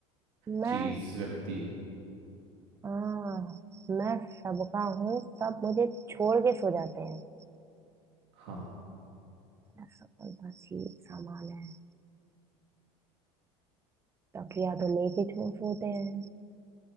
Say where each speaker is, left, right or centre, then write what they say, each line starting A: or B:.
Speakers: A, on the right; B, on the right.
A: मैं
B: चीज व्यक्ति
A: हाँ मैं सबका हूँ सब मुझे छोड़ के सो जाते हैं
B: हाँ
A: मेरा सपना चीज सामान है तब या तो लेके झूठ होते हैं